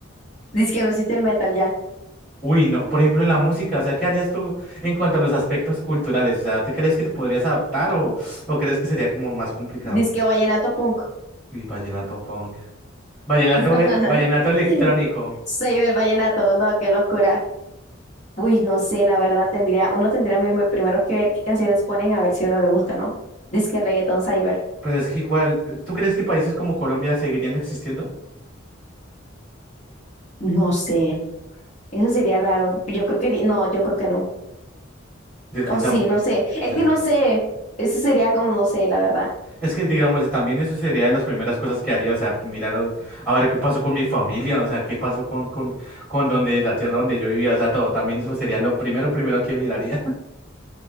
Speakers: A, on the left; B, in the centre.
A: Disque no existe el metal ya.
B: Uy, no, por ejemplo, en la música, o sea, ¿qué harías tú en cuanto a los aspectos culturales? O sea, ¿te crees que te podrías adaptar o, o crees que sería como más complicado?
A: Disque vallenato punk.
B: Y vallenato punk. Vallenato,
A: <laughs>
B: eh, vallenato electrónico.
A: Cyber vallenato, no, qué locura. Uy, no sé, la verdad tendría, uno tendría mi- primero que ver qué canciones ponen a ver si uno le gusta, ¿no? Disque reggaetón cyber.
B: Pero es que igual, eh, ¿tú crees que países como Colombia seguirían existiendo?
A: No sé, eso sería raro. Yo creo que, no, yo creo que no.
B: Es que,
A: O
B: tampo-
A: sí, no sé,
B: yo
A: es que
B: te-
A: no sé. Eso sería como, no sé, la verdad.
B: es que, digamos, también eso sería de las primeras cosas que haría, o sea, mirar a, a ver qué pasó con mi familia, o sea, qué pasó con, con, con donde, la tierra donde yo vivía, o sea, todo, también eso sería lo primero, primero que miraría.